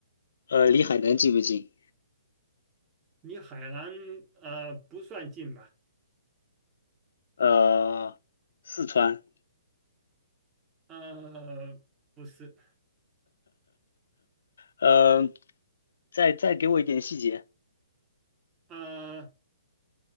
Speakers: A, on the left; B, on the right.
A: 呃，离海南近不近？
B: 你海南呃不算近吧？
A: 呃，四川，
B: 呃，不是，
A: 呃，再再给我一点细节。
B: 呃，